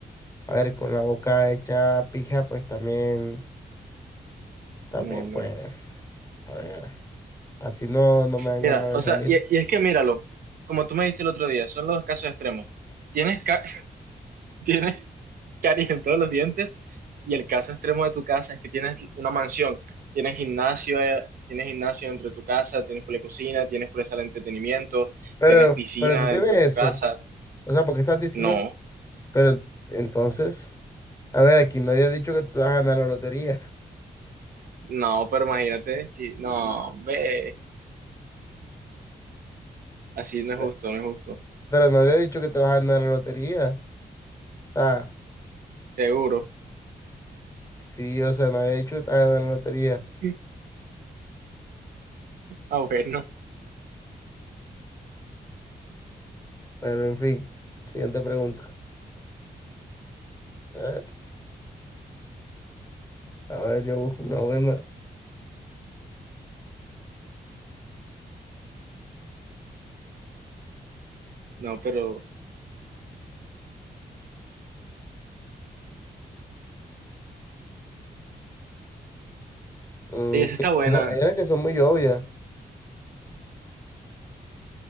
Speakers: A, on the left (about 20°); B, on the right (about 70°).
A: a ver, con la boca hecha pija, pues también, también,
B: No, marica.
A: pues, a ver. Así no, no me dan
B: Mira,
A: ganas
B: o
A: de salir.
B: sea, y, y es que míralo, como tú me dijiste el otro día, son los casos extremos. Tienes, ca- <laughs> tienes caries en todos los dientes y el caso extremo de tu casa es que tienes una mansión, tienes gimnasio, eh, tienes gimnasio dentro de tu casa, tienes por cocina, tienes por sala de entretenimiento,
A: Pero,
B: tienes piscina
A: pero tú tienes
B: dentro de
A: eso.
B: tu casa.
A: O sea, ¿por qué estás diciendo?
B: No.
A: Pero entonces, a ver, aquí nadie ha dicho que tú te vas a ganar la lotería.
B: No, pero imagínate, sí, no, ve, así no es
A: Na-
B: justo, no es justo.
A: Pero nadie ha dicho que te vas a ganar la lotería. O sea,
B: Seguro.
A: sí, o sea, nadie ha dicho que te vas a ganar la lotería.
B: <laughs> Ah, bueno.
A: Bueno, en fin. Siguiente pregunta. A ver, a ver, yo busco una buena.
B: No, pero
A: Mm,
B: ey, esa
A: que-
B: está buena.
A: hay, una- hay unas que son muy obvias.